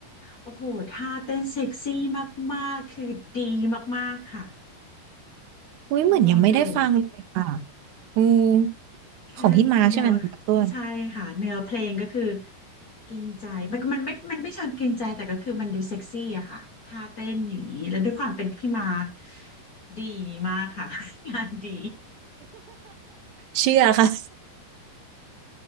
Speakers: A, on the left (about 70°); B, on the right (about 80°).
A: โอ้โหท่าเต้นเซ็กซี่มากๆคือดีมากๆค่ะ
B: อุ้ยเหมือนยังไม่ได้ฟังเลยค่ะ
A: ต้องลองดู
B: อืม
A: แค่เนื้อ
B: ของพี่มาร์คใช่ไหมของพั่ต้วน
A: ใช่ค่ะเนื้อเพลงก็คือกินใจมันมันไม่มันไม่เชิงกินใจแต่ก็คือมันดูเซ็กซี่อะค่ะท่าเต้นอย่างนี้แล้วด้วยความเป็นพี่มาร์คดีมากค่ะ <laughs> งานดี
B: เชื่อค่ะ